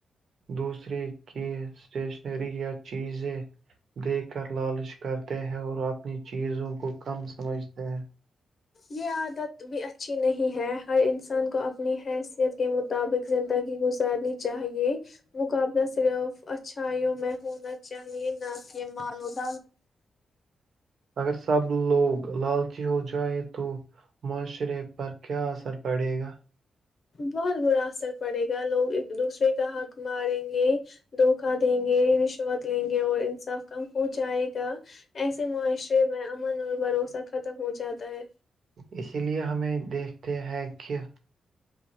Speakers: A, on the right; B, on the left.
A: دوسرے کی اسٹیشنری یا چیزیں دیکھ کر لالچ کرتے ہیں اور اپنی چیزوں کو کم سمجھتے ہیں
B: یہ عادت بھی اچھی نہیں ہے ہر انسان کو اپنی حیثیت کے مطابق زندگی گزارنی چاہیے مقابلہ صرف اچھائیوں میں ہونا چاہیے نہ کہ مود
A: اگر سب لوگ لالچی ہو جائے تو معاشرے پر کیا اثر پڑے گا
B: بہت برا اثر پڑے گا لوگ ایک دوسرے کا حق ماریں گے دھوکا دیں گے رشوت لیں گے اور انصاف کم ہو جائے گا ایسے معاشرے میں امن اور بھروسہ ختم ہو جاتا تا
A: اسی لیے ہمیں دیکھتے ہیں کہ